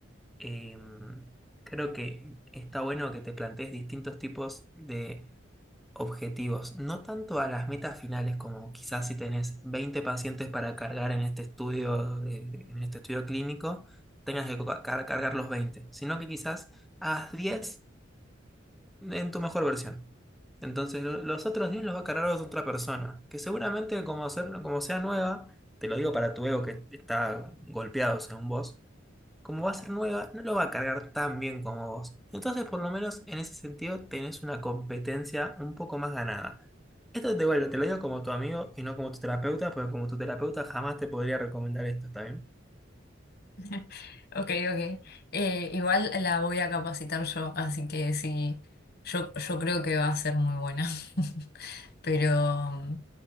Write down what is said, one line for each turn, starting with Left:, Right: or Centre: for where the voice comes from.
Centre: em, creo que está bueno que te plantees distintos tipos de objetivos, no tanto a las metas finales como quizás si tenés 20 pacientes para cargar en este estudio, de- en este estudio clínico, tengas que ca- car- cargar los 20 sino que quizás haz 10 en tu mejor versión. Entonces lo- los otros 10 los va a cargar otra persona, que seguramente como, ser- como sea nueva, te lo digo para tu ego que está golpeado según vos, como va a ser nueva, no lo va a cargar tan bien como vos. Entonces, por lo menos en ese sentido, tenés una competencia un poco más ganada. Esto te, bueno, te lo digo como tu amigo y no como tu terapeuta, porque como tu terapeuta jamás te podría recomendar esto, ¿está bien?
Left: <laughs> Ok, ok. Eh, igual la voy a capacitar yo, así que sí, yo, yo creo que va a ser muy buena. <laughs> Pero